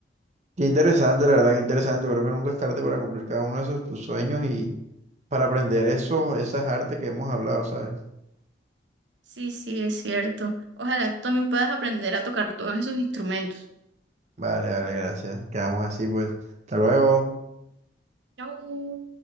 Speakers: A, on the right; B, on the right.
A: Qué interesante, la verdad, que interesante. Creo que nunca es tarde para cumplir cada uno de esos tus sueños y para aprender esos, esas artes que hemos hablado, ¿sabes?
B: Sí, sí, es cierto. Ojalá tú también puedas aprender a tocar todos esos instrumentos.
A: Vale, vale, gracias. Quedamos así, pues. Hasta luego.
B: Chau.